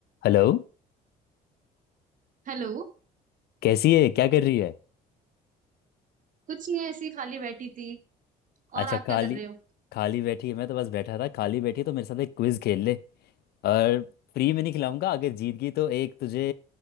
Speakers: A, on the left (about 70°); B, on the right (about 50°).
A: Hello
B: Hello
A: कैसी है क्या कर रही है
B: कुछ नहीं ऐसी खाली बैठी थी और
A: अच्छा
B: आप क्या
A: खाली
B: कर रहे हो
A: खाली बैठी है मैं तो बस बैठा था खाली बैठी है, तो मेरे साथ एक क्विज खेल ले और फ्री में नहीं खिलाऊंगा अगर जीत गई तो एक तुझे